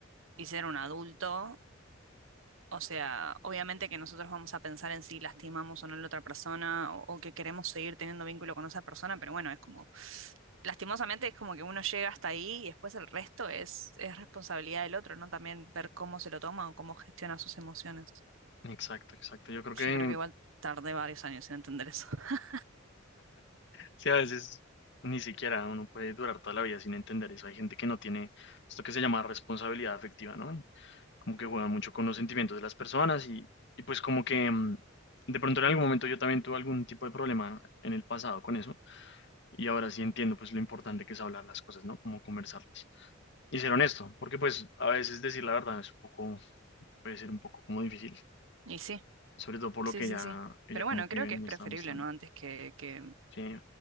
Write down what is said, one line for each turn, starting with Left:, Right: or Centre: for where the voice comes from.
Right: y ser un adulto. O sea, obviamente que nosotros vamos a pensar en si lastimamos o no a la otra persona o, o que queremos seguir teniendo vínculo con esa persona, pero bueno, es como, lastimosamente es como que uno llega hasta ahí y después el resto es, es responsabilidad del otro, ¿no? También ver cómo se lo toma o cómo gestiona sus emociones.
Left: Exacto, exacto. Yo creo que
Right: Yo creo que igual tardé varios años en entender eso. <laughs>
Left: Sí, a veces ni siquiera uno puede durar toda la vida sin entender eso. Hay gente que no tiene esto que se llama responsabilidad afectiva, ¿no? Y Como que juega mucho con los sentimientos de las personas y, y pues como que mm, de pronto en algún momento yo también tuve algún tipo de problema en el pasado con eso y ahora sí entiendo pues lo importante que es hablar las cosas, ¿no? Como conversarlas y ser honesto, porque pues a veces decir la verdad es un poco, puede ser un poco como difícil,
Right: Y sí.
Left: sobre todo por lo
Right: Sí,
Left: que
Right: sí,
Left: ella,
Right: sí.
Left: ella
Right: Pero
Left: como
Right: bueno,
Left: que
Right: creo que
Left: me
Right: es preferible,
Left: estaba mostrando,
Right: ¿no? Antes que, que,
Left: sí,